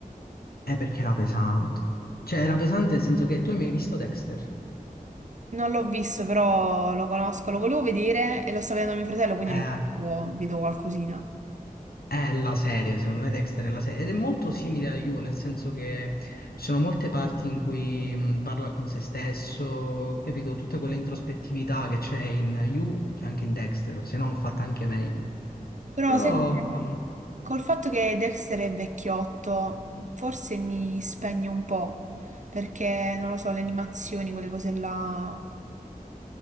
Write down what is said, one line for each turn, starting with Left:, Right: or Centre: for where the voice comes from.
Left: è perché era pesante. Cioè, era pesante nel senso che tu hai mai visto Dexter?
Right: Non l'ho visto, però lo conosco, lo volevo vedere e lo sta vedendo mio fratello, quindi
Left: Eh.
Right: ogni tanto vedo qualcosina.
Left: È la serie, secondo me Dexter è la serie ed è molto simile a You, nel senso che ci sono molte parti in cui mh, parla con se stesso, capito? Tutta quella introspettività che c'è in You c'è anche in Dexter, se no fatta anche meglio.
Right: Però
Left: Però
Right: sai,
Left: no, no.
Right: col fatto che Dexter è vecchiotto, forse mi spegne un po', perché non lo so, le animazioni, quelle cose là.